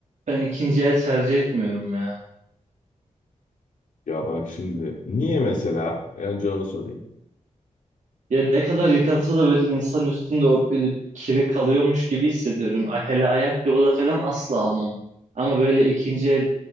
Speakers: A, on the right; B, on the left.
A: Ben ikinci el tercih etmiyorum ya.
B: Ya bak şimdi. Niye mesela? Önce onu sorayım.
A: Ya ne kadar yıkansa da böyle insan üstünde o böyle kiri kalıyormuş gibi hissediyorum. Ay, hele ayakkabı da falan asla almam. Ama böyle ikinci el